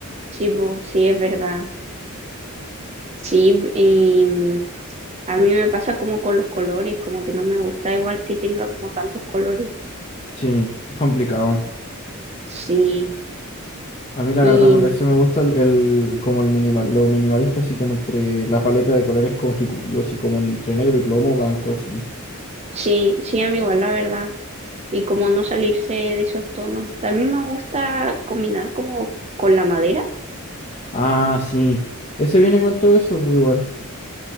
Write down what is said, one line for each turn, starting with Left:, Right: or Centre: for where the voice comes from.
Right: sí, po, sí, es verdad. Sí, y mm, a mí me pasa como con los colores, como que no me gusta igual que tenga como tantos colores.
Left: Sí, es complicado.
Right: Sí,
Left: A mí la
Right: y
Left: verdad por eso me gusta el, el- como el minimal, lo minimalista así como entre la paleta de colores como ejecutivos, así como entre negro y plomo, blanco, así.
Right: sí, sí, a mí igual, la verdad. y como no salirse de esos tonos. También me gusta combinar como con la madera,
Left: Ah, sí. Ese viene con todo eso, pues igual.